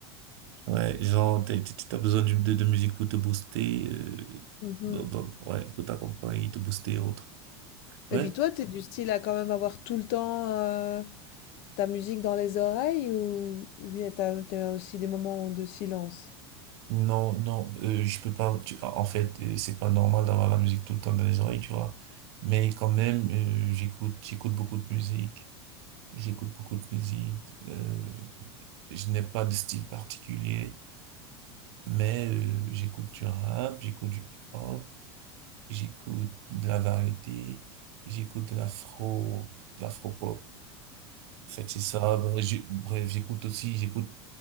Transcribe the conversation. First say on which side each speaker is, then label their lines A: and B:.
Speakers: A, on the right; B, on the left.
A: Ouais, genre, t'as, t'as t'as besoin d'une- de, de musique pour te booster, euh,
B: Mhm.
A: dans- dans- ouais, pour t'accompagner, te booster et autres. Ouais.
B: Et puis toi, t'es Oui. du style à quand même avoir tout le temps euh, ta musique dans les oreilles ou, ou bien t'as, t'as aussi des moments de silence?
A: Non, non, euh, je peux pas, tu- en fait, euh, c'est pas normal d'avoir la musique tout le temps dans les oreilles, tu vois. Mais quand même, euh, j'écoute, j'écoute beaucoup de musique. J'écoute beaucoup de musique. Euh, je n'ai pas de style particulier, mais euh, j'écoute du rap, j'écoute du hip-hop, j'écoute de la variété, j'écoute de l'afro, de l'afro-pop. En fait, c'est ça. Bref, j'ai- bref, j'écoute aussi, j'écoute